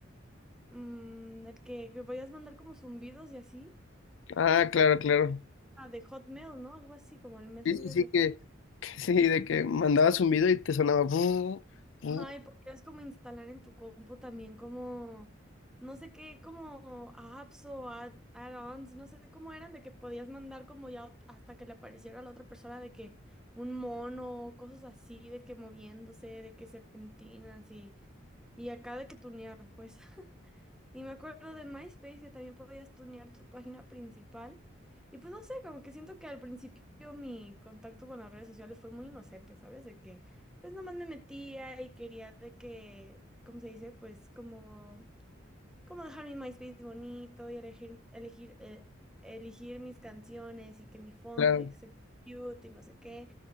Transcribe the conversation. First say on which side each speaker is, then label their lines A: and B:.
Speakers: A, in the centre; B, on the left (about 70°).
A: mm, el que, que podías mandar como zumbidos y así.
B: Ah, claro, claro.
A: Ah, de Hotmail, ¿no? Algo así, como el Messenger
B: Sí, sí, sí,
A: de
B: que, <laughs> que sí, de que mandabas un video y te sonaba. "Bu, bu",
A: Ay, podrías como instalar en tu compu también como, no sé qué, como apps o add- add-ons, no sé cómo eran, de que podías mandar como ya ot- hasta que le apareciera a la otra persona de que un mono, o cosas así, de que moviéndose, de que serpentinas y, y acá de que tunear, pues. Y me acuerdo de MySpace que también podías tunear tu página principal. Y pues no sé, como que siento que al principio mi contacto con las redes sociales fue muy inocente, ¿sabes? De que pues nomás me metía y quería de que, ¿cómo se dice? Pues como, como dejar mi MySpace bonito y elegir, elegir, eh, elegir mis canciones y que mi fondo
B: claro.
A: y que se vea cute y no sé qué.